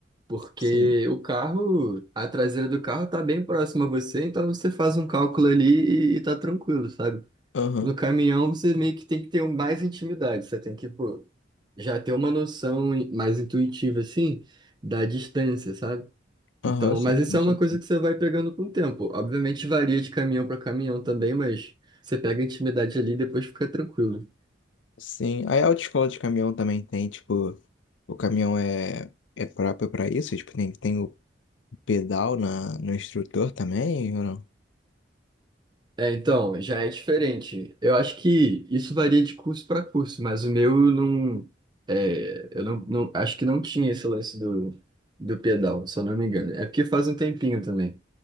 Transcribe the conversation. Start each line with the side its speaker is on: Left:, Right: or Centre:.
Right: Porque
Left: Sim.
Right: o carro, a traseira do carro tá bem próxima a você, então você faz um cálculo ali e, e tá tranquilo, sabe?
Left: Aham,
Right: No caminhão, você meio que tem que ter um- mais intimidade. Você tem que, pô, já ter uma noção in- mais intuitiva, assim, da distância, sabe?
Left: aham,
Right: Então,
Left: sim,
Right: mas isso
Left: com
Right: é
Left: certeza.
Right: uma coisa que você vai pegando com o tempo. Obviamente varia de caminhão para caminhão também, mas você pega a intimidade ali e depois fica tranquilo.
Left: Sim, aí a autoescola de caminhão também tem, tipo, o caminhão é, é próprio pra isso, tipo, tem, tem o pedal na, no instrutor também, ou não?
Right: É, então, já é diferente. Eu acho que isso varia de curso para curso, mas o meu não. é, eu não, não- acho que não tinha esse lance do, do pedal, se eu não me engano. É porque faz um tempinho também.